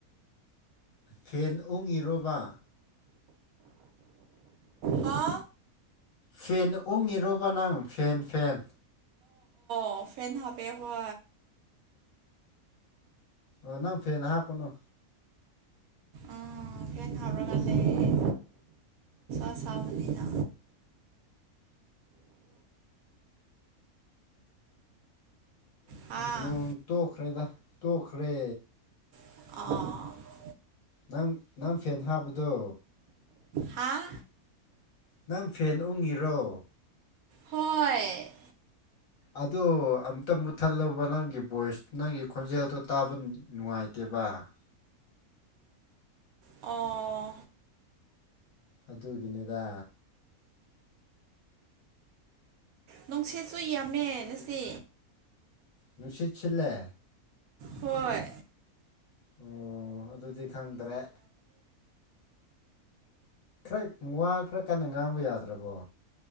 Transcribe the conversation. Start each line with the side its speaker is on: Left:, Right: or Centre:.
Left: ꯐꯦꯟ ꯑꯣꯡꯉꯤꯔꯣꯔꯕ
Right: ꯍꯥ
Left: ꯐꯦꯟ ꯎꯪꯉꯤꯔꯣꯕ ꯅꯪ ꯐꯦꯟ ꯐꯦꯟ
Right: ꯑꯣꯐ ꯑꯦꯦꯟ ꯍꯥꯦ ꯍ
Left: ꯑꯣꯅ ꯐꯦ ꯅꯍꯥ ꯀꯅ
Right: ꯑ ꯀꯦꯟ ꯊꯥꯎꯔꯒ ꯂꯩ ꯑꯁꯥꯕꯅꯤꯅ ꯍꯥ
Left: ꯅꯣꯡ ꯇꯣꯛꯈ꯭ꯔꯦꯗ ꯇꯣꯛꯈ꯭ꯔꯦ
Right: ꯑꯥ
Left: ꯅꯪ ꯅꯪ ꯐꯦꯟ ꯍꯥꯞꯄꯗꯣ
Right: ꯍꯥ
Left: ꯅꯪ ꯐꯦꯟ ꯎꯪꯉꯤꯔꯣ
Right: ꯍꯣꯏ
Left: ꯑꯗꯣ ꯑꯝꯇ ꯃꯨꯠꯊꯜꯂꯨꯕ ꯅꯪꯒꯤ ꯚꯣꯏꯁ ꯅꯪꯒꯤ ꯈꯣꯟꯖꯦꯜꯗꯣ ꯇꯥꯕ ꯅꯨꯡꯉꯥꯏꯇꯦꯕ ꯕꯕꯥ
Right: ꯑꯣ
Left: ꯑꯗꯨꯒꯤꯅꯤꯗ
Right: ꯅꯨꯡꯁꯤꯦꯠꯁꯨ ꯌꯥꯝꯃꯦ ꯅ ꯁꯤ
Left: ꯅꯨꯡꯁꯤꯠꯁꯤꯂꯦ
Right: ꯍꯣꯏ
Left: ꯑꯣ ꯑꯗꯨꯗꯤ ꯈꯪꯗ꯭ꯔꯦ ꯈꯔ ꯋꯥ ꯈꯔ ꯀꯟꯅ ꯉꯥꯡꯕ ꯌꯥꯗ꯭ꯔꯕꯣ